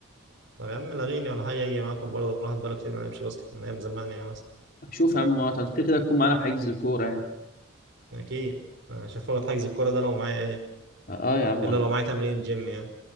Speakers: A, on the right; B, on the left.
A: طب يا عم لغيني ولا حاجه يجي معاكم برضه الواحد بقاله كتير ما لعبش باسكت من ايام زمان يعني مثلا
B: شوف يا عم وقت انت كده كده تكون معانا في حجز الكوره يعني
A: اكيد أنا مش هفوت حجز الكرة ده لو معايا ايه
B: اه آه يا عم
A: الا لو معايا تمرين جيم يعني